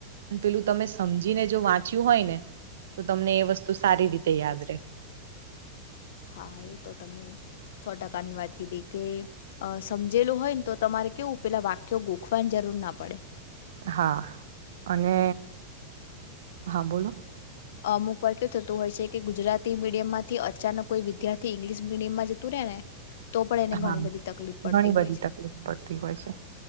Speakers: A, on the right; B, on the left.
A: અને પેલું તમે સમજીને જો વાંચ્યું હોય ને તો તમને એ વસ્તુ સારી રીતે યાદ રે
B: હા એ તો તમે સો ટકાની વાત કીધી કે સમજેલું હોયને તો તમારે કેવું પેલા વાક્યો ગોખવાની જરૂર ના પડે
A: હા અને હા બોલો
B: અમુક વાર કેવું થતું હોય છે કે ગુજરાતી મીડિયમ માંથી અચાનક કોઈ વિદ્યાર્થી ઇંગ્લિશ મીડિયમ માં જતું રહેે ને તો પણ એને
A: હા
B: ઘણી બધી તકલીફ પડતી
A: ઘણી બધી
B: હોય છે
A: તકલીફ પડતી હોય છે